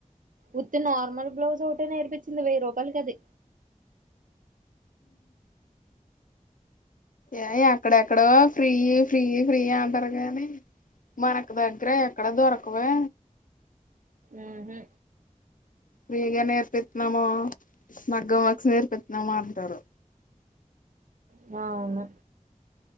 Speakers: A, on the right; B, on the left.
A: ఉత్తి నార్మల్ బ్లౌజ్ ఓటే నేర్పించింది వెయ్యి రూపాయలకది.
B: ఏ ఎక్కడెక్కడో ఫ్రీయి ఫ్రీయి ఫ్రీయి అంటారు గానీ. మనకు దగ్గర ఎక్కడ దొరకవే
A: ఊహు
B: ఫ్రీగా నేర్పిత్నామూ మగ్గం వక్స్ నేర్పిత్నామాంటారు
A: హ అవును